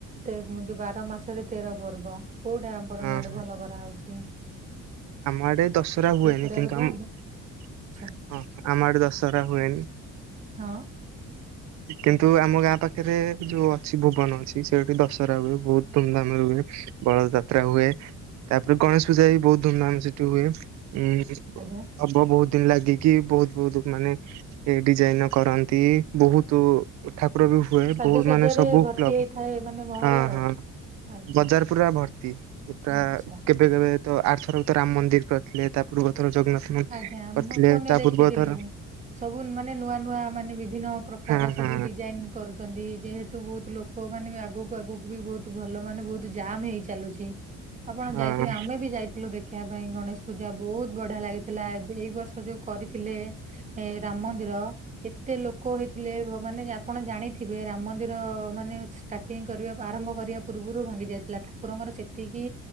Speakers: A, on the right; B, on the right.
A: ଯୋଉ ବାର ମାସରେ ତେର ପର୍ବ କୋଉଟା ଆପଣଙ୍କ
B: ହଁ
A: ଆଡେ
B: ହଁ
A: ଭଲ କରାଯାଉଛି?
B: ଆମ ଆଡେ ଦଶହରା ହୁଏନି।
A: କରିବାକୁ
B: କିନ୍ତୁ
A: ଯାଆନ୍ତି
B: ଆମ
A: ଆଚ୍ଛା
B: ଆମ ଆଡେ ଦଶହରା ହୁଏନି।
A: ହଁ।
B: କିନ୍ତୁ ଆମ ଗାଁ ପାଖରେ ଯୋଉ ଅଛି ଭୁବନ ଅଛି ସେଇଠି ଦଶହରା ହୁଏ, ବହୁତ ଧୁମଧାମ ରେ ହୁଏ। ଦୋଳ ଯାତ୍ରା ହୁଏ, ତାପରେ ଗଣେଶ ପୂଜା ବି ବହୁତ ଧୁମଧାମ୍ ସେଠି ହୁଏ। ଉଁ
A: ଆଜ୍ଞା।
B: ହବ ବହୁତ ଦିନ ଲାଗିକି, ବହୁତ ବହୁତ ମାନେ ଏ ଡିଜାଇନ କରନ୍ତି, ବହୁତ ଠାକୁର ବି ହୁଏ
A: ସାଜସଜ୍ଜାରେ
B: ବହୁତ୍ ମାନେ ସବୁ୍କ୍ଲବ୍
A: ଭର୍ତ୍ତି ହେଇଥାଏ ମାନେ ମହଲ
B: ହଁ
A: ଆଉ
B: ହଁ।
A: ଆଜ୍ଞା
B: ବଜାର ପୁରା ଭର୍ତ୍ତି, ଏ କା
A: ଆଚ୍ଛା।
B: ଏବେ କେବେ ତ ଆରଥରତ ରାମ ମନ୍ଦିର ପାଖେ ତା ପୂର୍ବ ଥର ଜଗନ୍ନାଥ ମନ୍ଦିର
A: ଆଜ୍ଞା, ଆମେ
B: କରିଥିଲେ
A: ଫୋନରେ
B: ତା
A: ଦେଖିଥିଲୁ।
B: ପୂର୍ବ ଥର
A: ସବୁ ମାନେ ନୂଆ ନୂଆ ମାନେ ବିଭିନ୍ନ ପ୍ରକାର
B: ହଁ
A: ସବୁ
B: ହଁ
A: ଡିଜାଇନ୍। କରୁଚନ୍ତି, ଯେହେତୁ ବହୁତ ଲୋକମାନେ ବି ଆଗକୁ ଆଗକୁ ବି ବହୁତ ଭଲ ମାନେ ବହୁତ ଜାମ୍ ହେଇ ଚାଲୁଛି, ଆପଣ
B: ହଁ
A: ଯାଇଥିବେ, ଆମେ ବି ଯାଇଥିଲୁ ଦେଖ୍ ଦେଖିବା ପାଇଁ ଗଣେଶ ପୂଜା ବହୁତ ବଢିଆ ଲାଗେ। ଥିଲା ଏବେ ଏଇ ବର୍ଷ ଯୋଉ କରିଥିଲେ ଏ ରାମ ମନ୍ଦିର କେତେ ଲୋକ ହେଇଥିଲେ, ଭବାନି ଯାନ୍ ଆପଣ ଜାଣିଥିବେ ରାମ ମନ୍ଦିର ମାନେ ଷ୍ଟାର୍ଟିଂ କରିବା ଆରମ୍ଭ କରିବା ପୂର୍ବରୁ ଭାଙ୍ଗି ଯାଇଥିଲା। ଠାକୁରଙ୍କର ସେ ସେତିକି